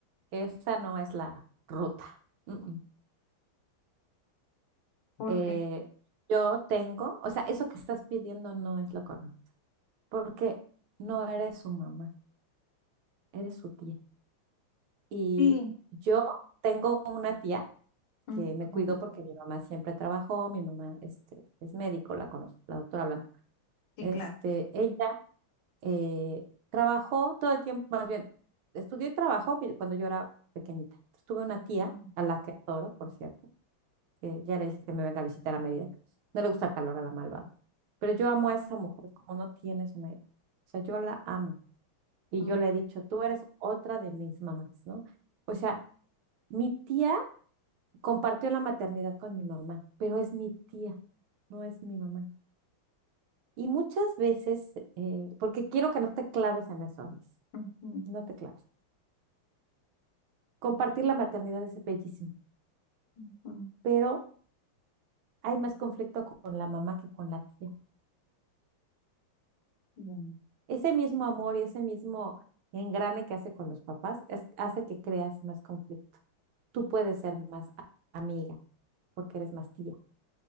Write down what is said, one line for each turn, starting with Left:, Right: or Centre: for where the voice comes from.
Right: Esa no es la ruta. Mm, mm.
Left: Porque...
Right: Eh, yo tengo, o sea, eso que estás pidiendo no es lo correcto, porque no eres su mamá, eres su tía. Y
Left: Sí,
Right: yo tengo una tía
Left: ujú,
Right: que me cuidó porque mi mamá siempre trabajó, mi mamá este, es médico, la conozco, la doctora Blanca.
Left: sí,
Right: Este,
Left: claro.
Right: ella eh, trabajó todo el tiempo, más bien, estudió y trabajó mi- cuando yo era pequeñita. Entonces, tuve una tía
Left: Ujú,
Right: a la que adoro, por cierto que ya le dije que me venga a visitar a Mérida. No le gusta el calor a la malvada. Pero yo amo a esa mujer como no tienes una idea. O sea, yo la amo. Y
Left: ujú,
Right: yo le he dicho, tú eres otra de mis mamás, ¿no? O sea, mi tía compartió la maternidad con mi mamá, pero es mi tía, no es mi mamá. Y muchas veces, eh, porque quiero que no te claves en eso, Alice,
Left: ujú,
Right: no te claves. Compartir la maternidad es bellísimo,
Left: ujú,
Right: pero hay más conflicto con la mamá que con la tía.
Left: bien.
Right: ese mismo amor y ese mismo engrane que hace con los papás es- hace que creas más conflicto. Tú puedes ser más a- amiga porque eres más tía.